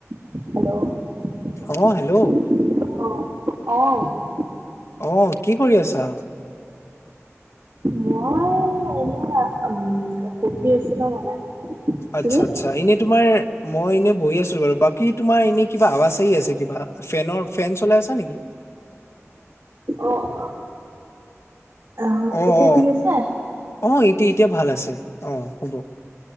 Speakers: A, on the right; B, on the left.
A: hello অঁ
B: অ Hello
A: অঁ
B: অ' কি কৰি আছা?
A: মই এনে উ পঢ়ি আছিলো মানে
B: আচ্ছা
A: তুমি
B: আচ্ছা এনে তোমাৰ মই এনেই বহি আছো বাৰু বাকী তোমাৰ এনে কিবা আৱাজ আহি আছে কিবা ফেনৰ ফেন চলাই আছা নেকি
A: অ' অ' আ
B: অ
A: এতিয়া
B: অ
A: ঠিক আছে
B: অ এতিয়া এতিয়া ভাল আছে অ হ'ব